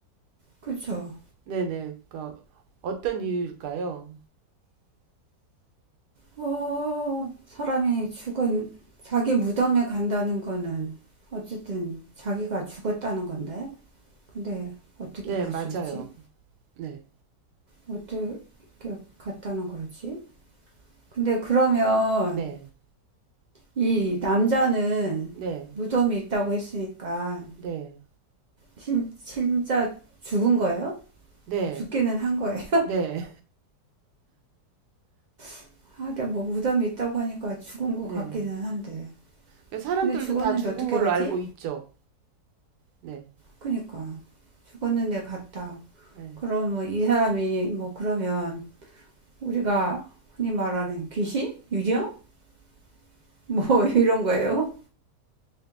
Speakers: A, on the right (about 90°); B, on the right (about 70°).
A: 그쵸.
B: 네네. 그러니까 어떤 이유일까요?
A: 어, 사람이 죽은, 자기 무덤에 간다는 거는 어쨌든 자기가 죽었다는 건데. 근데 어떻게
B: 네,
A: 갈
B: 맞아요.
A: 수 있지?
B: 네.
A: 어떻게 갔다는 거지? 근데 그러면
B: 네.
A: 이 남자는
B: 네.
A: 무덤이 있다고 했으니까
B: 네.
A: 신, 진짜 죽은 거예요?
B: 네.
A: 죽기는 한 거예요.
B: 네.
A: <laughs> 하긴 뭐 무덤이 있다고 하니까 죽은 것
B: 네.
A: 같기는 한데.
B: 그러니까 사람들도
A: 근데 죽었는데
B: 다 죽은
A: 어떻게
B: 걸로
A: 가지?
B: 알고 있죠. 네.
A: 그니까 죽었는데 갔다.
B: 네.
A: 그러면 이 사람이 뭐 그러면 우리가 흔히 말하는 귀신? 유령? <laughs> 뭐 이런 거예요?